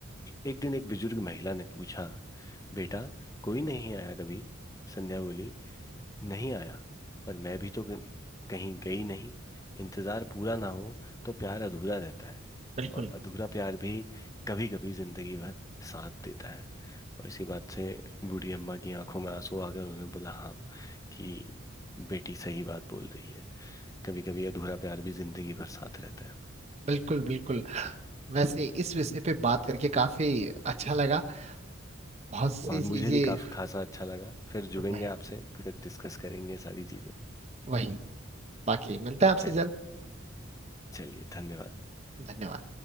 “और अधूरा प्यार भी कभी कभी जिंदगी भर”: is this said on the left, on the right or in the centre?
Left